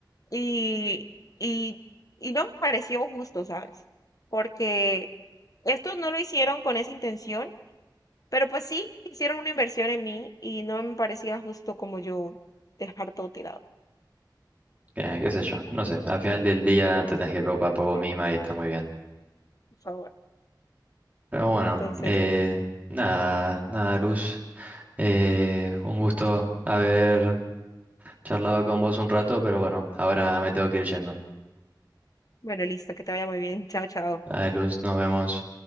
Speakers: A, on the left (about 50°); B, on the right (about 20°).
A: Y, y, y no me pareció justo, ¿sabes? Porque estos no lo hicieron con esa intención, pero pues sí, hicieron una inversión en mí y no me parecía justo como yo dejar todo tirado.
B: qué qué sé yo, no sé, al final del día te tenés que preocupar
A: Sí,
B: por vos misma y está muy bien.
A: por favor.
B: Pero bueno,
A: Entonces,
B: eh,
A: bueno,
B: nada, nada, Luz, eh, un gusto haber charlado con vos un rato, pero bueno, ahora me tengo que ir yendo.
A: bueno, listo, que te vaya muy bien. Chao, chao.
B: Dale, Luz, nos vemos.